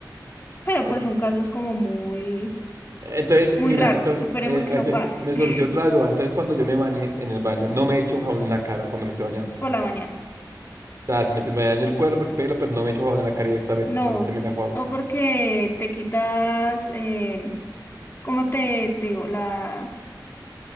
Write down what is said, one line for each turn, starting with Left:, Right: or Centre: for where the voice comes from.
Left: Pero
Right: ok.
Left: pues son casos como muy,
Right: Entonces,
Left: muy
Right: mira,
Left: raros.
Right: entonces
Left: Esperemos
Right: eh,
Left: que
Right: ese-
Left: no pase
Right: me
Left: <laughs>
Right: surgió otra duda. Entonces, cuando yo me bañé en el baño, no me echo jabón en la cara cuando me estoy bañando.
Left: por la mañana.
Right: O sea, si me estoy bañando el cuerpo, el pelo, pero no me echo jabón en la cara directamente,
Left: No,
Right: solamente me la juego.
Left: o porque te quitas, eh, ¿cómo te, te digo? La...